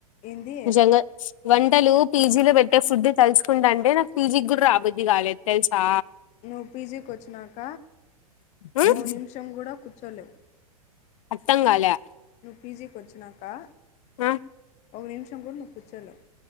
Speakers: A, on the left; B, on the left.
A: ఏంది
B: నిజంగా వంటలు పీజీ లో పెట్టే ఫుడ్ తలుుకుంట అంటే నాకు పీజీకి కూడా రాబద్ది కాలేదు తెలుసా
A: నువ్ పీజీకి వచ్చినాక
B: ఉమ్,
A: ఓ నిమిషం కూడా కు కోలెవ్
B: అర్థం కాలే
A: నువ్ పీజీకి వచ్చినకా
B: ఆ
A: ఒక నిమిషం కూడా నువ్వు కూర్చోలేవు